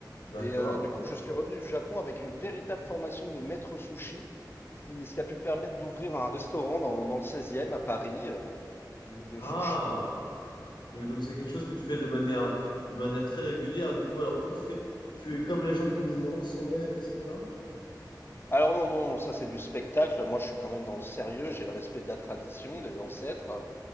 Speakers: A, on the left; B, on the left.
A: D'accord.
B: Et euh, du coup, je suis revenu du Japon avec une véritable formation de maître sushi, ce qui, ce qui a pu me permettre d'ouvrir un restaurant dans, dans le 16e à Paris euh, de, de
A: Ah,
B: sushi.
A: et donc c'est quelque chose que tu fais de manière, de manière très régulière. Du coup, alors toi, tu fais, tu es comme les gens qui les lancent en l'air, etc.
B: Alors non, non, non, ça c'est du spectacle. Moi, je suis quand même dans le sérieux. J'ai le respect de la tradition, des ancêtres.